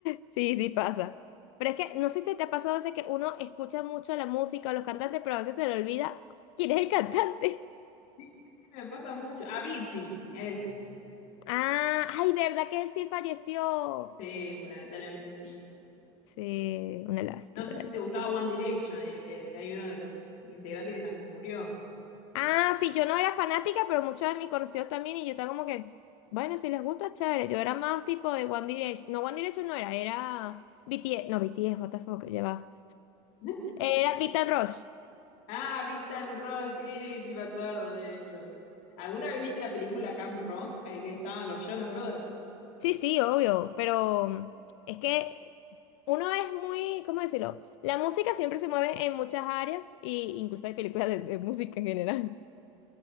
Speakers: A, on the left; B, on the left.
A: Sí, sí pasa. Pero es que no sé si te ha pasado a veces que uno escucha mucho la música o los cantantes, pero a veces se le olvida quién es el cantante.
B: Sí, Me pasa mucho. Avicii, ese.
A: Ah, ay, ¿verdad que él sí falleció?
B: Sí, lamentablemente sí.
A: Sí, una lástima,
B: No sé si
A: una
B: te
A: lástima.
B: gustaba One Direction, el- el- hay uno de los integrantes que también murió.
A: Ah, sí, yo no era fanática, pero muchos de mis conocidos también, y yo estaba como que, bueno, si les gusta, chévere. Yo era más tipo de One Direction. No, One Direction no era, era BTS. No, BTS, what the fuck, ya va.
B: <laughs>
A: Era Beat and Rush.
B: Ah, Big Time Rock, sí, sí me acuerdo de ellos. ¿Alguna vez viste la película Camp Rock? Ahí que estaban los Jonas Brothers.
A: Sí, sí, obvio, pero mm, es que uno es muy, ¿cómo decirlo? La música siempre se mueve en muchas áreas y incluso hay películas de, de música en general.